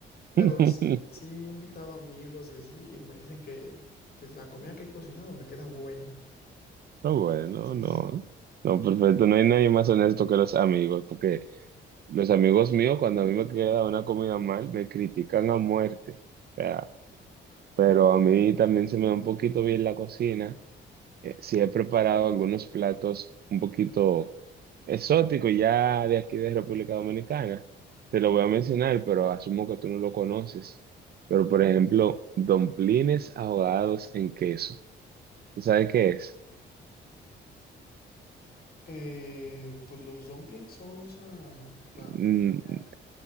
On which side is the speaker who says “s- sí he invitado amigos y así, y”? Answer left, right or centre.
Left